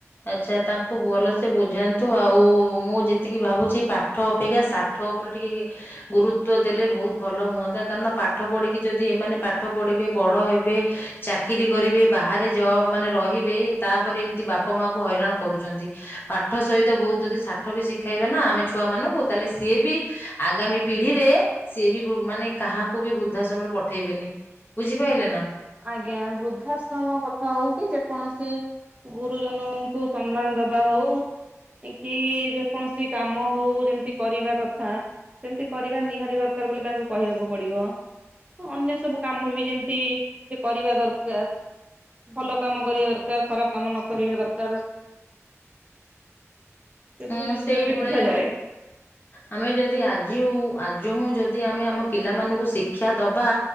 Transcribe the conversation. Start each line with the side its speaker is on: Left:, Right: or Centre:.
Left: ଆଛା ତାଙ୍କୁ ଭଲସେ ବୁଝାନ୍ତୁ ଆଉ ମୁଁ ଯେତିକି ଭାବୁଛି ପାଠ ଅପେକ୍ଷା ସାଠ ଉପରେ ଟିକେ ଗୁରୁତ୍ୱ ଦେଲେ ବହୁତ ଭଲ ହୁଅନ୍ତା। କାରଣ ପାଠ ପଢିକି ଯଦି ଏମାନେ ପାଠ ପଢିବେ ବଡ ହେବେ ଚାକିର କରିବେ ବାହାରେ ଯ ମାନେ ରହିବେ ତାପରେ ଏମି ତି ବାପା ମା କୁ ହଇରାଣ କରୁଛନ୍ତି। ପାଠ ସହିତ ବହୁତ ଯଦି ସାଠ ବି ଶିଖାଇବେ ନା ଆମେ ଛୁଆ ମାନଙ୍କୁ ତାହେଲେ ସିଏ ବି ଆଗାମୀ ପିଢିରେ ସିଏ ବି ମାନେ କାହାକୁ ବି ବୃଦ୍ଧା ସମୟରେ ପଠେଇବେନି ବୁଝିପାଇଲେ ନା।
Right: ଆଜ୍ଞା ବୃଦ୍ଧାଶ୍ରମ କଥା ହଉ। କି ଯେକୌଣସି ଗୁରୁଜନଙ୍କୁ ସମ୍ମାନ ଦବା ହଉ କି ଯେକୌଣସି କାମ ହଉ ଯେମିତି କରିବା କଥା ସେମିତି କରିବା ନିହାତି ଦରକାର ବୋଲି ତାଙ୍କୁ କହିବାକୁ ପଡିବ। ଅନ୍ୟ ସବୁ କାମ ବି ଯେମିତି ସେ କରିବା ଦରକାର। ଭଲ କାମ କରିବା ଦରକାର ଖରାପ କାମ ନ କରିବା ଦରକାର। ସେସବୁ
Left: ହୁଁ
Right: ବିଷୟରେ
Left: ସେଇ
Right: ବି
Left: ଭଳିଆ
Right: ବୁଝାଯାଏ
Left: ଆମେ ଯଦି ଆଜି ହଉ ଆଜ ହୁଁ ଯଦି ଭାବୁଛି ଆମେ ଆମ ପିଲମାନଙ୍କୁ ଶିକ୍ଷା ଦବା